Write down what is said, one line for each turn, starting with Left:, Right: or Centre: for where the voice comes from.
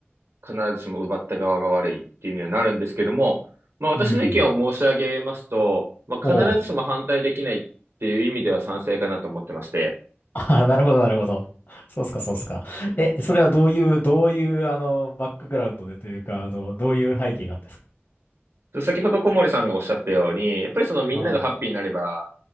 Right: あ、必ずしも奪った側が悪いっていうにはなるんですけども、まあ、私の意見を申し上げますと、
Left: うん。
Right: まあ、
Left: おう。
Right: 必ずしも反対できないっていう意味では賛成かなと思ってまして、
Left: ああ、なるほど、なるほど。そうっすか、そうっすか。え、それはどういう、どういう、あの、バックグラウンドでというか、あの、どういう背景があって
Right: 先ほど小森さんがおっしゃったように、やっぱりそのみんながハッピーになれば、
Left: ああ、